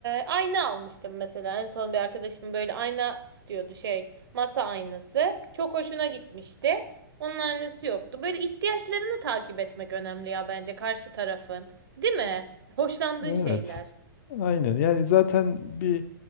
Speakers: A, on the right; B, on the left.
A: ayna almıştım mesela. En son bir arkadaşım böyle ayna istiyordu şey. Masa aynası. Çok hoşuna gitmişti. Onun aynası yoktu. Böyle ihtiyaçlarını takip etmek önemli ya bence karşı tarafın. Değil mi? Hoşlandığı
B: Evet.
A: şeyler.
B: Aynen. Yani zaten bir